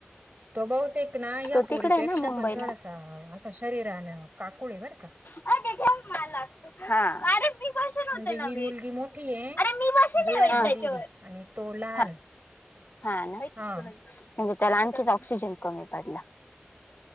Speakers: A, on the right; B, on the left.
A: तो बहुतेक ना ह्या
B: तो
A: पोरीपेक्षा
B: तिकडे आहे ना मुंबईला
A: पण थोडासा असं शरीरान काकुळे बरं का?
B: अ ते ठेव मला कारी हा. मी क्वेश्चन
A: म्हणजे
B: होते
A: ही
B: नव्हे
A: मुलगी मोठी ये,
B: अरे मी बसेल
A: जुळ्यांमध्ये
B: आहे हा. बाई त्याच्यावर
A: बी आणि तो लहान
B: हा
A: आहे.
B: हा ना म्हणजे,
A: हा
B: त्याला आणखीच ऑक्सिजन कमी पडला.